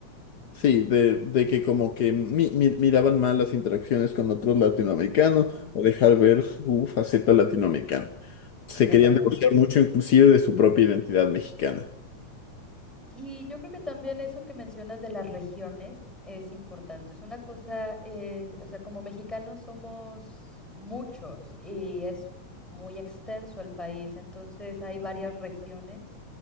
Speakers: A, on the left; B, in the centre.
A: sí, de, de que como que mi- mi- miraban mal las interacciones con otros latinoamericanos
B: No.
A: o dejar ver su faceta latinoamericana. Se
B: Qué
A: querían
B: raro.
A: divorciar mucho inclusive de su propia identidad mexicana.
B: Y yo creo que también eso que mencionas de las regiones es importante. Es una cosa, eh, o sea, como mexicanos somos muchos y es m- muy extenso el país, entonces hay varias regiones